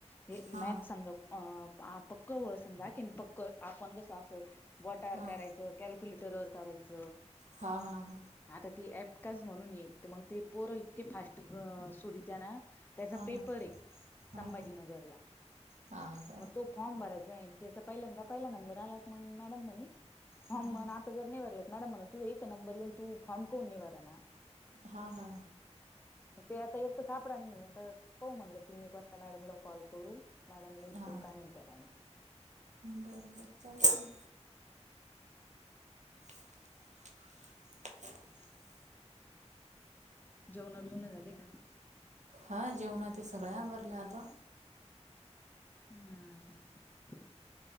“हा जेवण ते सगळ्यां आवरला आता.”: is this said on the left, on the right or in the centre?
Right